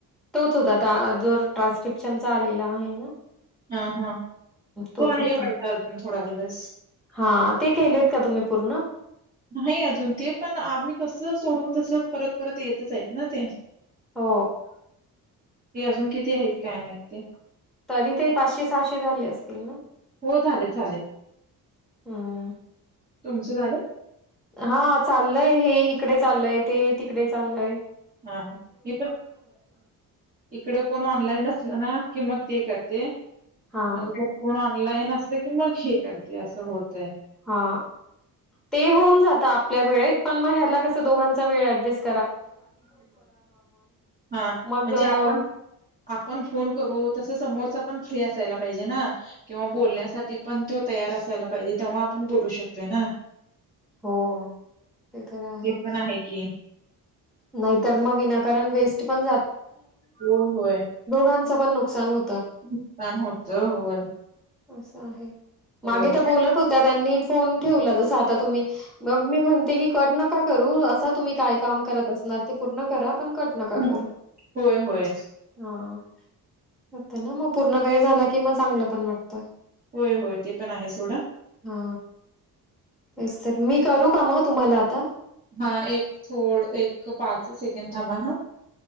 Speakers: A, in the centre; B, on the right.
A: तोच होता आता जो ट्रान्स्क्रिप्ट चा आलेला आहे ना
B: हा हा
A: तोच
B: तो आहे
A: होता
B: वाटत अजून थोडा दिवस.
A: हा ते केलेत का तुम्ही पूर्ण?
B: नाही अजून ते पण आम्ही कसं सोडू तसं परत परत येतच आहेत ना ते
A: हो
B: ते अजून किती आहेत काय माहित ते
A: तरी ते पाचशे सहाशे झाले असतील ना
B: हो झालेत झालेत
A: हम्म.
B: तुमचे झाले?
A: हा चाललंय हे इकडे चाललंय ते तिकडे चाललंय.
B: हा <inaudible> इकड कोण ऑनलाईन नसल ना कि मग -- ते करते.
A: हा
B: मग कोण ऑनलाईन अस - की मग हे करते असं होतय!
A: हा ते होऊन जात आपल्या वेळेत पण मग ह्याला कस दोघांचा वेळ ऍडजस्ट!
B: हा
A: मग
B: म्हणजे
A: अ,
B: आपण -आपण फोन करू तस समोरचा! पण फ्री असायला पाहिजे ना किंवा बोलण्यासाठी पण तो तयार असायला पाहिजे तेव्हा आपण बोलू शकतोय ना!
A: हो ते तर आहे.
B: ते पण की.
A: नाहीतर मग विनाकारण वेस्ट पण
B: हो होय.
A: कोणाच पण नुकसान हो
B: नुकसान होतय होय.
A: असं आहे.
B: होय.
A: मागे त्या बोलत होत्या त्यांनी फोन ठेवला जसा आता तुम्ही मग मी म्हणते कट नका करू असा काय काम करता. नारथी पूर्ण करा पण कट नका
B: हं.
A: करू
B: होय, होय.
A: हा होत ना मग पूर्ण वेळ झाला कि, म चांगलं पण वाटतं!
B: होय -होय ते पण आहे सोडा.
A: हा तेच तर मी करू का मग तुम्हाला आता.
B: हा एक थोड एक पाच सेकंद थांबा हा!